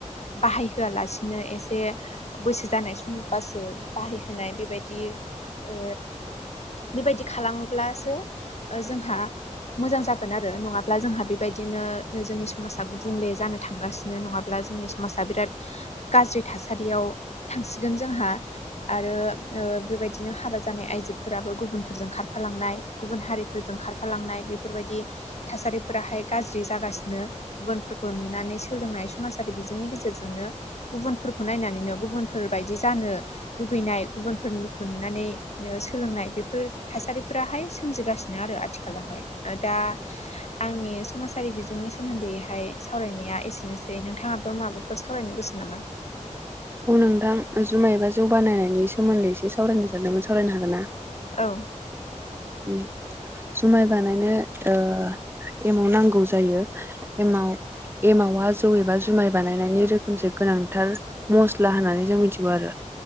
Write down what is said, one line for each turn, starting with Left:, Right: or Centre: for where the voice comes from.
Left: बाहायहोआलासिनो एसे बैसो जानाय समबासो बाहायहोनाय बेबायदि ओ बेबायदि खालामोब्लासो ओ जोंहा मोजां जागोन आरो। आरो नङाब्ला जोंहा बेबायदिनो जोंनि समाजा गुबुंले जानो थांगासिनो नङाब्ला जोंनि समाजा बिराद गाज्रि थासारियाव थांसिगोन जोंहा आरो ओ बेबायदि बिदिनो हाबा जानाय आइजोफोराबो गुबुनफोरजों खारफालांनाय गुबुन हारिफोरजों खारफालांनाय बेफोरबायदि थासारिफोराहाय गाज्रि जागासिनो। गुबुनफोरखौ नुनानै सोलोंनाय समाजारि बिजोंनि गेजेरजोंनो गुबुनफोरखौ नायनानैनो गुबुनफोरबायदि जानो लुगैनाय गुबुनफोरनि नुनानै ओ सोलोंनाय। बेफोर थासारिफोराहाय सोमजिगासिनो आरो आथिखालावहाय दा आंनि समाजारि बिजोंनि सोमोन्दैहाय सावरायनाया एसेनोसै नोंथाङाबो माबाफोर सावरायनो गोसो नामा?
Right: औ नोंथां जुमाय एबा जौ बानायनायनि सोमोन्दै एसे सावरायनो सानदोंमोन सावरायनो हागोन ना?
Left: औ।
Right: ओम जुमाय बानायनो ओ एमाव नांगौ जायो। एमाव एमावा जौ एबा जुमाय बानायनायनि रोखोमसे गोनांथार मस्ला होननानै जों मिथिगौ आरो।